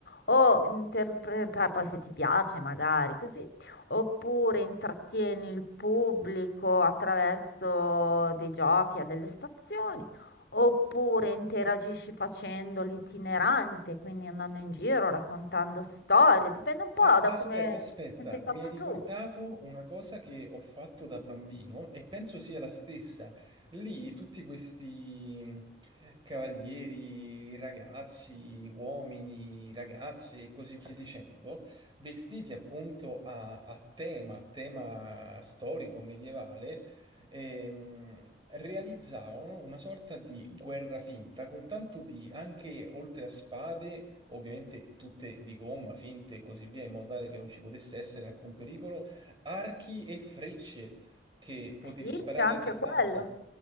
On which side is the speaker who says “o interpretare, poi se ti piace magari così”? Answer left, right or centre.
Left